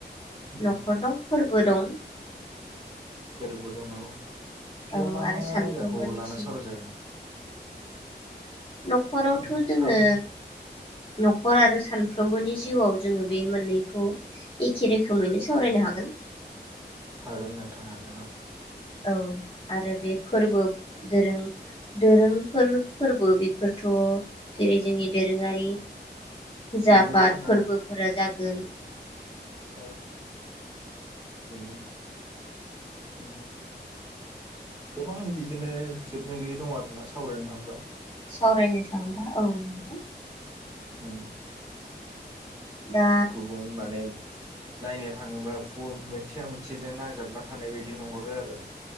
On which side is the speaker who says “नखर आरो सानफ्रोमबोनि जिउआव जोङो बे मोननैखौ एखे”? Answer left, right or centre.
Left